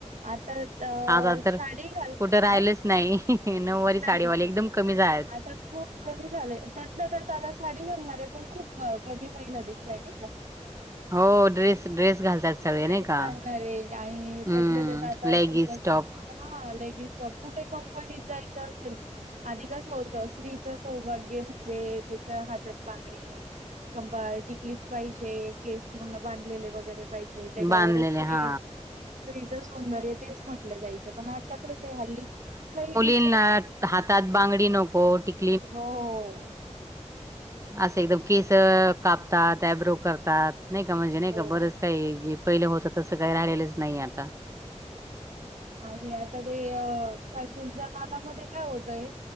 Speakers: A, on the right; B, on the right.
A: आता अ
B: आता तर
A: साडी घाल
B: कुठं राहिलच
A: अ
B: नाही नऊवारी
A: नाही
B: साडीवाले
A: नाही
B: एकदम कमी झालेत
A: आता खूप कमी झालंय त्यातलं त्यात त आता साडी घेऊन लाग. पण खूप कमी महिला दिसताय नाही का?
B: हो ड्रेस ड्रेस घालतात सगळे
A: ड्रेस
B: नाही का
A: घालणारे आणि
B: हम्म
A: त्यातल्या त्यात आता
B: लेगीस
A: समजा कुठ
B: टॉप
A: हां लेगिस टॉप कुठे क पण जाय <unintelligible> असे आधी कस होत स्त्रीच सौभाग्य म्हणजे, तीच्या हातात बांगडी, कपाळी टिकलीच पाहिजे, केस पूर्ण बांधलेले वगैरे पाहिजे त्याच्यावरच
B: बांधलेले
A: स्त्री
B: हा
A: स्त्रीच सौंदर्य तेच म्हटलं जाईल. पण आता कस आहे हल्ली काही म्हणा
B: <unintelligible> हातात बांगडी नको टिक
A: हो हो.
B: असं एकदम केसं कापतात, ॲब्रो करतात. नाही का म्हणजे नाही
A: हो
B: का बरंच काही? पहिलं होतं तसं काही राहिलेलंच नाही आता.
A: आणि आता ते फॅशनच्या नादामध्ये काय होतंय